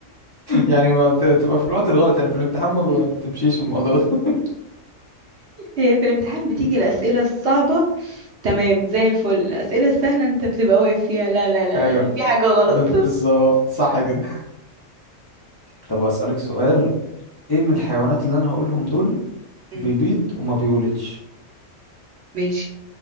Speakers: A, on the left; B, on the right.
A: يعني ما بت- بتبقى في الوقت الغلط يعني في الامتحان ما
B: <laughs>
A: بتمشيش الموضوع ده <laughs>
B: هي في الامتحان بتيجي الأسئلة الصعبة تمام زي الفل الأسئلة السهلة انت بتبقى واقف فيها لا لا لا
A: ايوه
B: لا في حاجة غلط
A: ب- بالظبط صح كده طب اسالك سؤال ايه من الحيوانات اللي انا هقولهم دول
B: مم.
A: بيبيض وما بيولدش
B: ماشي